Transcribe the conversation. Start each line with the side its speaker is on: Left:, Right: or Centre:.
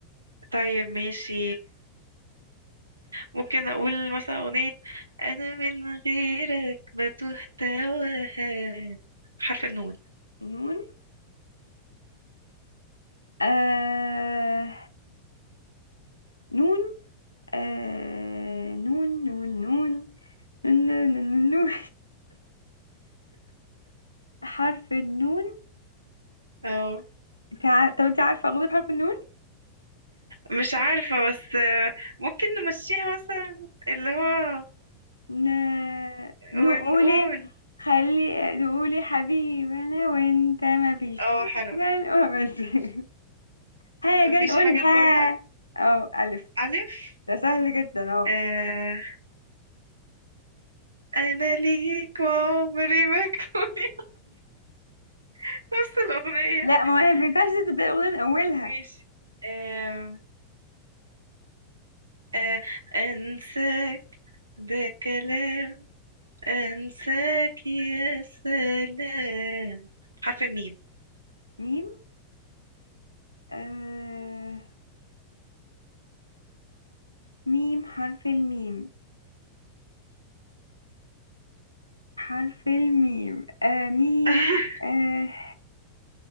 Right: طيب ماشي ممكن اقول مثلا اغنية انا من غيرك بتوه تواها حرف النون
Left: نون آه نون آه نون نون نون نون نون نون, نون. <laughs> حرف النون
Right: اه
Left: انت عار... طب انت عارفة أغنية بحرف النون
Right: مش عارفة بس آه، ممكن نمشيها مثلا اللي هو
Left: ن... نقولي
Right: ونقول
Left: خلي نقولي حبيبي أنا وأنت ما فيش
Right: اه
Left: حاجة
Right: حلوة
Left: نقول <laughs> حاجة
Right: مفيش
Left: نقولها
Right: حاجة نقولها
Left: اه ألف
Right: ألف
Left: ده سهل جدا اهو
Right: آه أنا ليك وعمري ما كوني <laughs> نفس الأغنية
Left: لا ما هي ما ينفعش تبدأ الأغنية من أولها
Right: ماشي آه آه أنساك ده كلام أنساك يا سلام حرف الميم
Left: ميم آه... ميم حرف الميم حرف الميم آه مين
Right: <laughs>
Left: آه